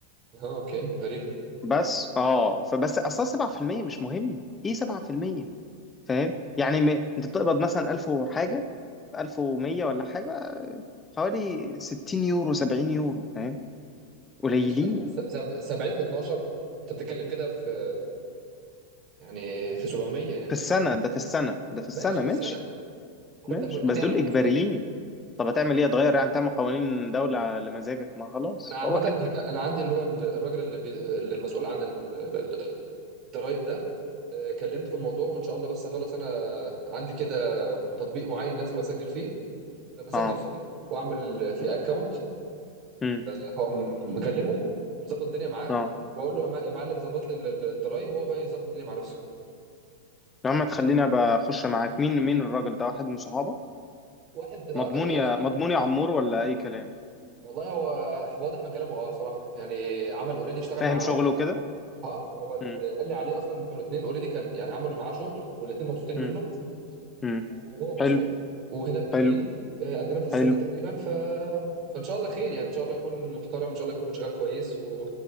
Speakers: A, on the right (about 35°); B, on the left (about 15°).
A: اه اوكي غريبه
B: بس اه فبس اصلا 7% مش مهم ايه 7% فاهم يعني م... انت بتقبض مثلا 1000 وحاجه 1100 ولا حاجه حوالي 60 يورو 70 يورو فاهم قليلين
A: ماشي س- سب- 70 في 12 انت بتتكلم كده في يعني في 700 يعني
B: في السنه ده في السنه ده في السنه
A: ماشي في
B: ماشي
A: السنه خد
B: ماشي
A: لك منهم
B: بس
A: يا
B: دول
A: عم 500
B: اجباريين طب هتعمل ايه هتغير يعني تعمل قوانين دوله لمزاجك ما خلاص
A: انا عامه
B: هو كده
A: هك... انا عندي اللي هو الراجل اللي, بي... اللي مسؤول عن ال- ال- ال- الضرايب ده آه، كلمته في الموضوع وان شاء الله بس هخلص انا عندي كده تطبيق معين لازم اسجل فيه ولما اسجل
B: اه
A: فيه واعمل فيه اكونت
B: امم
A: هقوم مكلمه ومظبط الدنيا معاه
B: اه
A: واقول له يا مع- يا معلم ظبط لي ال- ال- الضرايب وهو بقى يظبط الدنيا مع نفسه
B: يا عم تخليني ابقى اخش معاك مين مين الراجل ده واحد من صحابك
A: واحد تتع-
B: مضمون
A: يعني
B: يا مضمون يا عمور ولا اي كلام
A: والله هو واضح من كلامه اه بصراحه يعني عمل اوريدي اشتغل
B: فاهم
A: مع
B: شغله
A: واحد
B: كده
A: اه هو اللي
B: مم،
A: قال لي عليه اصلا كانوا اتنين اوريدي كان يعني عملوا معاه شغل والاتنين مبسوطين
B: مم،
A: منه
B: مم.
A: وهو مصري
B: حلو
A: وهنا في برلين
B: حلو
A: آه، قدنا في السن
B: حلو
A: تقريبا ف... فان شاء الله خير يعني ان شاء الله يكون محترم ان شاء الله يكون شغال كويس و...